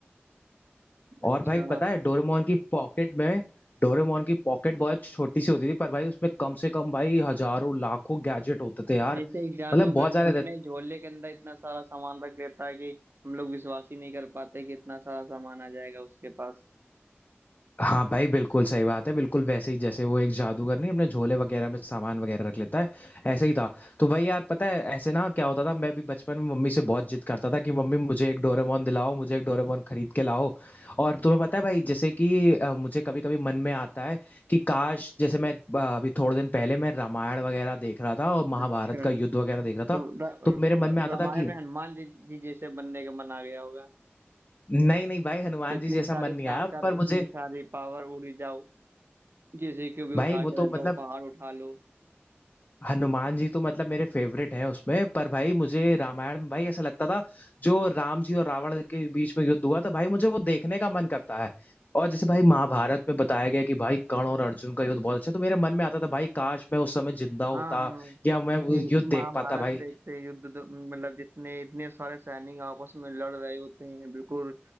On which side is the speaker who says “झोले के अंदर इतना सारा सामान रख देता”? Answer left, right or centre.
Right